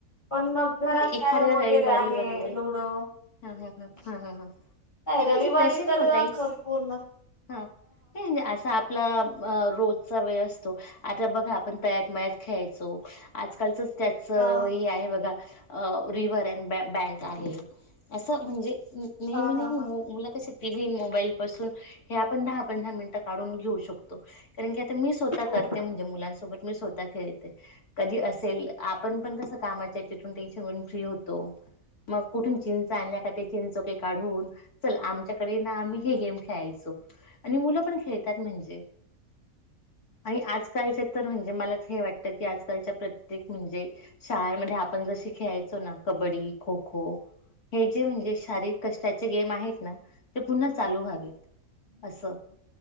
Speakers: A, on the left; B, on the left.
A: पण घरात
B: नाही, एखाद्या
A: कॅरम वगैरे
B: रविवारी
A: आहे
B: वगैरे
A: लुडो.
B: हा हा हा
A: नाही
B: हा हा हा. नाही
A: रविवारी
B: म्हणजे तसे नाही
A: तर
B: ओ ताई
A: पूर्ण
B: हा असा आपला रोजचा वेळ अस आता बघा आपण तयात मयात खेळायचो आजकालच त्याचं
A: हा
B: हे आहे बघा रि्हर अँड ब बँक आहे असं म्हणजे नेहमी
A: हा
B: नाही
A: हा
B: ममी
A: हा
B: मुला कशी. टी व्ही मोबाईल पासून हे आपण दहा पंधरा मिनिटं काढून घेऊ शकतो. कारण की आता मी स्वतः
A: हो
B: करते
A: बर
B: म्हणजे मुलांसोबत मी स्वतः खेळते कधी असेल आपण पण कस कामाच्याच्यातून टेन्शनून फ्री होतो. मग कुठून चिंच आणण्या चिंनकोके. च आमच्याकडे आम्ही हे गेम खेळाचो आणि मु पण खेळतात म्हणजे आणि आजकालच्या तर म्हणजे मला हे वाटतं की आजकालच्या प्रत्येक म्हणजे शाळमध्ये आपण ज खेलायचो ना कबबडी खो खो हे जे म्हणजे शारीरिक कष्ट चे गेम आहेत ना पुन्हा चालू व्हावे असं